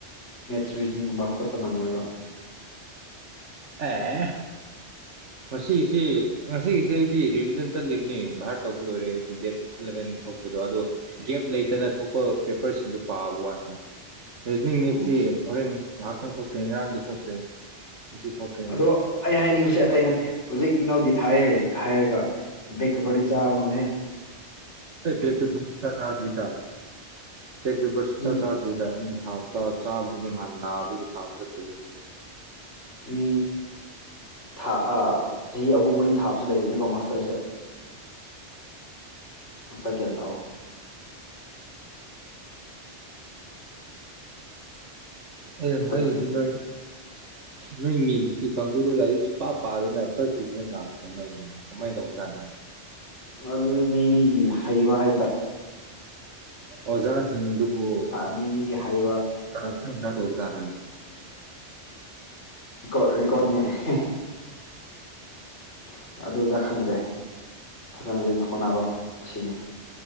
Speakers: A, on the left; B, on the right.
A: ꯃꯦꯠꯁ ꯔꯤꯖꯅꯤꯡꯒꯨꯝꯕ ꯈꯣꯠꯄ ꯅꯪꯉꯣꯏꯕ
B: ꯑꯦ ꯉꯁꯤꯒꯤꯁꯤ ꯉꯁꯤꯒꯤꯁꯤ ꯑꯩꯗꯤ ꯔꯤꯚꯤꯖꯟ ꯆꯠꯂꯤꯕꯅꯤ ꯚꯥꯔ ꯇꯧꯕ ꯂꯣꯏꯔꯦ ꯑꯩꯗꯤ ꯗꯦꯠ ꯏꯂꯕꯦꯟ ꯊꯣꯛꯄꯗꯣ ꯑꯗꯣ ꯒꯦꯞ ꯂꯩꯇꯅ ꯊꯣꯛꯄ ꯄꯦꯄꯔꯁꯤꯡꯗꯨ ꯄꯥꯕ ꯋꯥꯅꯤ ꯔꯤꯖꯅꯤꯡ ꯃꯠꯁꯤ
A: ꯎꯝ
B: ꯍꯣꯔꯦꯟ ꯉꯥꯏꯍꯥꯛꯇꯪ ꯈꯣꯠꯇ꯭ꯔꯦ ꯉꯔꯥꯡꯗꯤ ꯈꯣꯠꯇ꯭ꯔꯦ ꯉꯁꯤ ꯈꯣꯠꯀꯅꯤ
A: ꯑꯗꯣ
B: ꯑꯃꯨꯛꯀ
A: ꯑꯩ ꯍꯥꯏꯅꯤꯡꯕꯁꯦ ꯑꯇꯩ ꯅꯠꯇꯦ ꯍꯧꯖꯤꯛ ꯏꯅꯧꯒꯤ ꯊꯥꯏꯑ ꯍꯥꯏꯔꯒ ꯕꯦꯛ ꯄꯦꯗꯤ ꯆꯥꯒꯥꯅꯨꯍꯦ
B: ꯑꯩ ꯕꯥꯏꯛ ꯄꯥꯄꯦꯔ ꯁꯨꯡꯆꯥ ꯆꯥꯗꯔꯤꯗ ꯕꯥꯏꯛ ꯄꯥꯄꯦꯔ ꯁꯨꯡꯆꯥ
A: ꯃꯤ
B: ꯆꯥꯗꯔꯤꯗ ꯑꯩ ꯉꯍꯟ ꯅꯥ ꯕꯒꯤ ꯊꯥꯕ ꯆꯠꯇꯕꯒꯤ ꯅꯤꯅꯦ
A: ꯃꯤ ꯊꯥ ꯑ ꯆꯍꯤ ꯑꯍꯨꯝ ꯃꯔꯤ ꯊꯥꯕꯁꯨ ꯂꯩꯕꯅꯤꯀꯣ ꯃꯥꯁꯇꯔꯁꯦ ꯃꯁꯥ ꯒꯤꯌꯟ ꯇꯧ
B: ꯑꯦꯉ
A: ꯑꯩꯈꯣꯏ ꯈꯪ
B: ꯏꯗꯤ ꯅꯣꯏ ꯅꯣꯏ ꯅꯤꯝꯁꯀꯤ ꯀꯥꯡꯕꯨꯗ ꯂꯥꯏꯔꯤꯛ ꯁꯨ ꯄ ꯄꯥꯗꯅ ꯐꯥꯔꯁ ꯗꯤꯚꯖꯟ ꯂꯥꯛꯄ ꯉꯥꯏꯅꯤ ꯀꯃꯥꯏꯅ ꯇꯧꯕꯖꯥꯠꯅꯣ
A: ꯑꯗꯨꯗꯤ ꯃꯤ ꯃꯤꯒꯤ ꯍꯩꯕ ꯍꯥꯏꯕ ꯇꯥꯔꯦ
B: ꯑꯣꯖꯥꯔꯁꯤꯡꯗꯨꯕꯨ
A: ꯇꯥꯔꯦ ꯃꯤ ꯃꯤꯒꯤ ꯍꯩꯕ
B: ꯀꯔꯞꯁꯟ ꯈ ꯇꯧꯕꯖꯥꯠꯂꯅꯦ
A: ꯀꯣꯔ ꯦꯀꯣꯔꯅꯦ <unintelligible>
B: ꯎꯝ
A: ꯑ ꯑꯗꯨꯗ ꯈꯪꯗ꯭ꯔꯦ ꯐꯖꯅ ꯍꯣꯠꯅꯔꯣ ꯑꯁꯤꯅꯤ